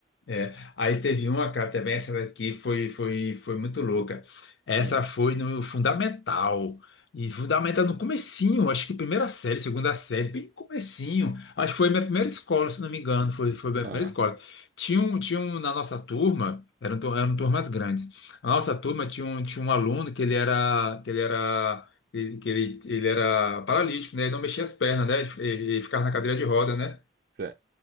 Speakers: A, on the left; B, on the right.
A: É, aí teve uma, cara, também essa daqui foi, foi, foi muito louca. Essa
B: Hum,
A: foi no Fundamental. E Fundamental no comecinho, acho que primeira série, segunda série, bem comecinho. Acho que foi minha primeira escola, se não me engano, foi, foi minha
B: Ah,
A: primeira escola. Tinha um, tinha um na nossa turma, eram, tu- eram turmas grandes. Na nossa turma tinha um, tinha um aluno que ele era, que ele era, que ele, que ele ele era paralítico, né? Ele não mexia as pernas, né? Ele, ele ele ficava na cadeira de roda, né?
B: certo,